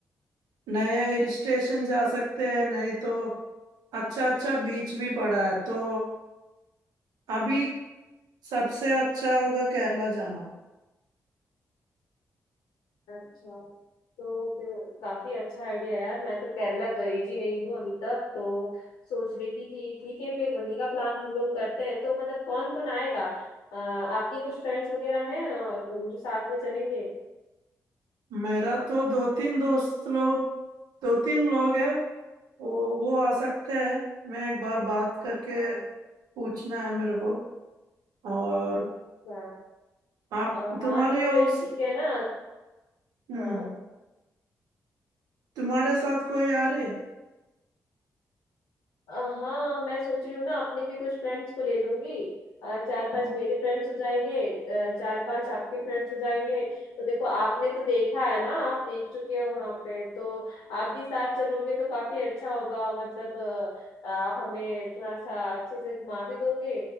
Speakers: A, on the right; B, on the left.
A: नए हिल स्टेशन जा सकते हैं नहीं तो अच्छा अच्छा बीच भी पड़ा है तो अभी सबसे अच्छा होगा केरला जाना
B: अच्छा तो फिर काफी अच्छा आइडिया यार मैं तो केरला गई भी नहीं हूँ अभी तक तो सोच रही थी कि ठीक है फिर वहीं का प्लान हम लोग करते हैं तो मतलब कौन कौन आएगा अ, आपके कुछ फ्रेंड्स वगैरह हैं अ, जो साथ में चलेंगे
A: मेरा तो दो तीन दोस्त लोग दो तीन लोग हैं वो वो आ सकते हैं मैं एक बार बात करके
B: हाँ
A: पूछना है मेरे को और
B: हाँ,
A: आप
B: अ,
A: तुम्हारी
B: हाँ तो
A: और
B: फिर ठीक है ना
A: हम्म
B: हाँ
A: तुम्हारे साथ कोई आ रही है
B: अ, हाँ मैं सोच रही हूँ ना अपने भी कुछ फ्रेंड्स को ले लूंगी अ, चार पांच
A: हम्म,
B: मेरे फ्रेंड्स हो जाएंगे अ, चार पांच आपके फ्रेंड्स हो जाएंगे तो देखो आपने तो देखा है ना आप देख चुके हो वहां पे तो आप भी साथ चलोगे तो काफी अच्छा होगा मतलब अ, आप हमें थोड़ा सा अच्छे से घुमा भी दोगे